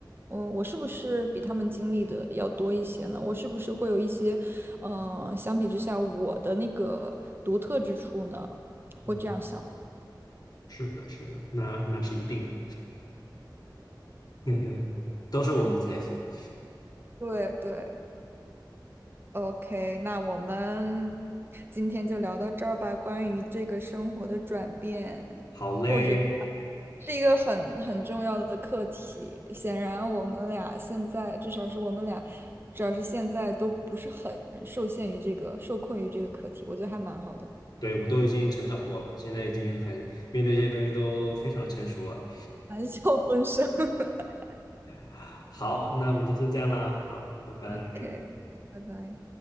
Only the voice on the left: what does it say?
嗯，
是的，是的，那那是一定的，<laughs> 都是我们的财富。
好嘞，
对，我们都已经成长过了，现在已经很面对这些东西都非常成熟了。
<laughs> 好，那我们就先这样啦，好，拜拜。